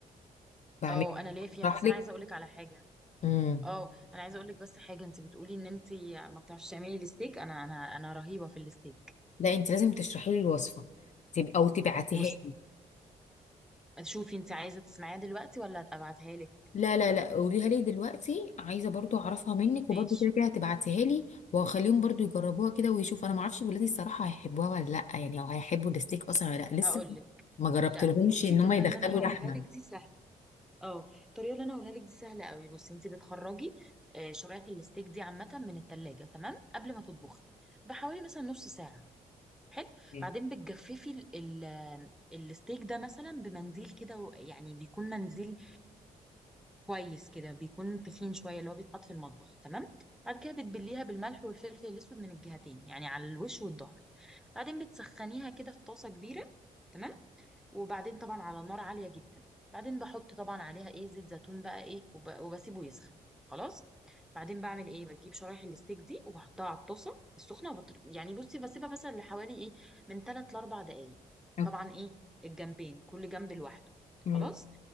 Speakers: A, on the left (about 40°); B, in the centre.
A: بعمل
B: اه انا ليا فيها
A: اشرح
B: بس
A: لك
B: انا عايزه اقول لك على حاجه
A: امم
B: اه انا عايزه اقول لك بس حاجه انت بتقولي ان انت ما بتعرفيش تعملي الستيك انا انا انا رهيبه في الستيك
A: لا انت لازم تشرحي لي الوصفه تب... او تبعتيها
B: بصي
A: لي
B: شوفي انت عايزه تسمعيها دلوقتي ولا ابعتها لك
A: لا لا لا قوليها لي دلوقتي عايزه برضو اعرفها منك وبرضو
B: ماشي
A: كده كده هتبعتيها لي وهخليهم برضو يجربوها كده ويشوفوا انا ما اعرفش ولادي الصراحه هيحبوها ولا لا يعني او هيحبوا الستيك اصلا ولا لا لسه
B: هقول لك
A: ما جربتلهمش
B: لا بصي
A: ان
B: الطريقه
A: هم يدخلوا
B: اللي انا هقولها
A: لحمه
B: لك دي سهله اه الطريقه اللي انا هقولها لك دي سهله قوي بصي انت بتخرجي آه، شرايح الستيك دي عامه من التلاجة تمام قبل ما تطبخي بحوالي مثلا نص ساعه حلو
A: مم.
B: بعدين بتجففي ال ال- الستيك ده مثلا بمنديل كده و- يعني بيكون منديل كويس كده بيكون تخين شويه اللي هو بيتحط في المطبخ تمام بعد كده بتبليها بالملح والفلفل الاسود من الجهتين يعني على الوش والظهر بعدين بتسخنيها كده في طاسه كبيره تمام وبعدين طبعا على نار عالية جدا بعدين بحط طبعا عليها ايه زيت زيتون بقى ايه وب... وبسيبه يسخن خلاص بعدين بعمل ايه بجيب شرايح الستيك دي وبحطها على الطاسة السخنة وبطر... يعني بصي بسيبها مثلا لحوالي ايه من 3 ل 4 دقايق
A: مم.
B: طبعا ايه الجنبين كل جنب لوحده
A: مم.
B: خلاص